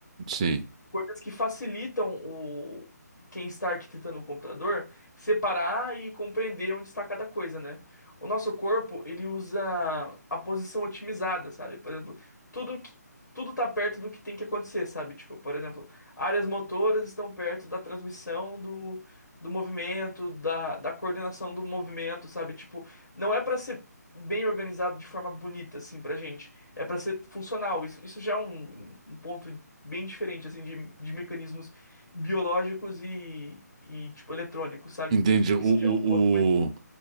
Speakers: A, on the right; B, on the left.
A: Sim.
B: coisas que facilitam o quem está arquitetando o computador separar e compreender onde está cada coisa, né? O nosso corpo, ele usa a posição otimizada, sabe? Por exemplo, tudo que tudo tá perto do que tem que acontecer, sabe? Tipo, por exemplo, áreas motoras estão perto da transmissão do, do movimento, da, da coordenação do movimento, sabe? Tipo, não é para ser bem organizado de forma bonita, assim, pra gente. É para ser funcional. Isso, isso já é um, um ponto bem diferente, assim, de, de mecanismos biológicos e, e, tipo, eletrônicos, sabe?
A: entende. O,
B: Isso
A: o,
B: já é um ponto muito...
A: o,